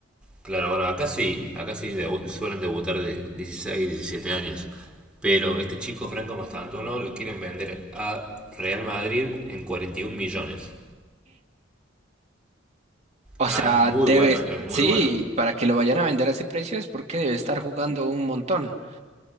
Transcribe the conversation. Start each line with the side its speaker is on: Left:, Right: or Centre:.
Centre: Claro, bueno, acá sí, acá sí debu- suelen debutar de 16, 17 años. Pero este chico Franco Mastantuono lo quieren vender a Real Madrid en 41 millones.
Right: O
Centre: Nada,
Right: sea,
Centre: es muy
Right: debe
Centre: bueno, es muy
Right: Sí,
Centre: bueno.
Right: para que lo vayan a vender a ese precio es porque debe estar jugando un montón.